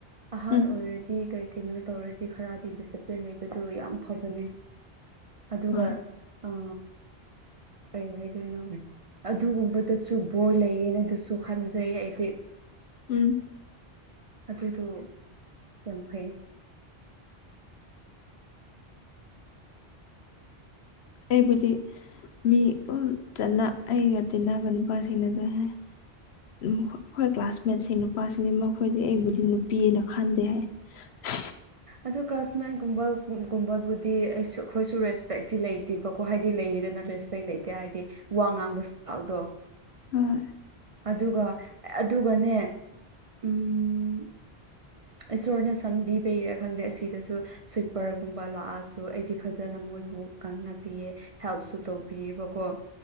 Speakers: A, on the right; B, on the left.
A: ꯑꯍꯥꯟ
B: ꯎꯝ
A: ꯑꯣꯏꯔꯗꯤ ꯀꯩ ꯀꯩꯅꯣ ꯇꯧꯔꯗꯤ ꯈꯔꯗꯤ ꯗꯤꯁꯤꯄ꯭ꯂꯤꯟ ꯂꯩꯕꯗꯨ ꯌꯥꯝ ꯐꯕꯅꯦ ꯑꯗꯨꯒ꯫
B: ꯍꯣꯏ
A: ꯑ ꯀꯩ ꯍꯥꯏꯗꯣꯏꯅꯣ ꯑꯗꯨꯒꯨꯝꯕꯗꯁꯨ ꯕꯣꯔ ꯂꯩ꯫ ꯅ ꯑꯗꯨꯁꯨ ꯈꯟꯖꯩ ꯑꯩꯗꯤ꯫
B: ꯎꯝ
A: ꯑꯗꯨꯗꯣ ꯌꯥꯝ ꯐꯩ
B: ꯑꯩꯕꯨ ꯃꯤ ꯆꯅ ꯑꯩꯒ ꯇꯤꯟꯅꯕ ꯅꯨꯄꯥꯁꯤꯡꯅ ꯑꯗꯨꯝ ꯍꯥꯏ ꯑꯩꯈꯣꯏ ꯀ꯭ꯂꯥꯁꯃꯦꯠꯁꯤꯡ ꯅꯨꯄꯥꯁꯤꯗꯤ ꯃꯈꯣꯏꯗꯤ ꯑꯩꯕꯨꯗꯤ ꯅꯨꯄꯤꯑꯅ ꯈꯟꯗꯦ ꯍꯥꯏ ꯐ
A: ꯑꯗꯨ ꯀ꯭ꯔꯣꯁ ꯃꯥꯏꯒꯨꯝꯕ ꯒꯨꯝꯕꯕꯨ꯫ ꯍꯥꯏꯗꯤ ꯑꯩ ꯑꯩꯈꯣꯏꯁꯨ ꯔꯦꯁꯄꯦꯛꯇꯤ ꯂꯩꯇꯦꯕꯀꯣ ꯍꯥꯏꯗꯤ ꯂꯩꯔꯤꯗꯅ ꯔꯦꯁꯄꯦꯛ ꯂꯩꯇꯦ ꯍꯥꯏꯗꯤ꯫ ꯋꯥ ꯉꯥꯡꯕ ꯁꯇꯥꯎꯗꯣ꯫
B: ꯍꯣꯏ꯫
A: ꯑꯗꯨꯒ ꯑꯗꯨꯒꯅꯦ ꯎꯝ꯫ ꯏꯁꯣꯔꯅ ꯁꯟꯕꯤꯕꯩꯔꯥ ꯈꯪꯗꯦ ꯑꯁꯤꯗꯁꯨ ꯁ꯭ꯋꯤꯞꯄꯔꯒꯨꯝꯕ ꯂꯥꯛꯑꯁꯨ ꯁꯨ ꯑꯩꯗꯤ ꯐꯖꯅ ꯃꯣꯏꯕꯨ ꯉꯥꯡꯅꯕꯤꯌꯦ ꯍꯦꯜꯞꯁꯨ ꯇꯧꯕꯤꯑꯕꯀꯣ